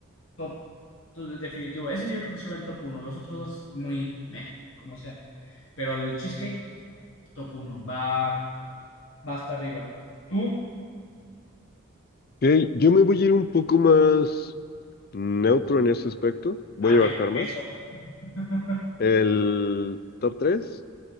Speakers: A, on the left; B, on the left.
A: Top, to- definitivo. Ese yo creo que se va en top uno Los otros dos, muy meh, como sea. Pero el cheesecake, top uno va, va hasta arriba. ¿Tú?
B: Ok, yo me voy a ir un poco más neutro en ese aspecto. Voy
A: Ate
B: a abarcar
A: con
B: más.
A: queso. <laughs>
B: El top 3,